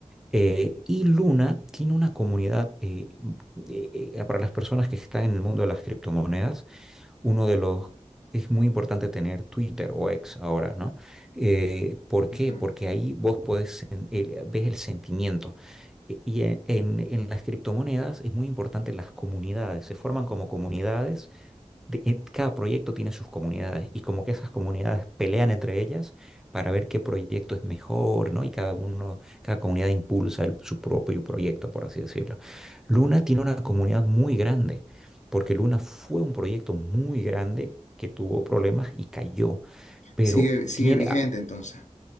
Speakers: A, in the centre; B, on the left (about 80°).
A: Eh, y Luna tiene una comunidad, eh, eh, eh, para las personas que están en el mundo de las criptomonedas, uno de los... Es muy importante tener Twitter o X ahora, ¿no? Eh, ¿por
B: ujú.
A: qué? Porque ahí vos podés, sen- el- ves el sentimiento. E- Y en, en- en las criptomonedas es muy importante las comunidades. Se forman como comunidades de- y cada proyecto tiene sus comunidades y como que esas comunidades pelean entre ellas para ver qué proyecto es mejor, ¿no? Y cada uno, cada comunidad impulsa el- su propio proyecto, por así decirlo. Luna tiene una comunidad muy grande, porque Luna fue un proyecto muy grande que tuvo problemas y cayó, pero
B: Sigue, sigue
A: tiene,
B: vigente
A: a-
B: entonces.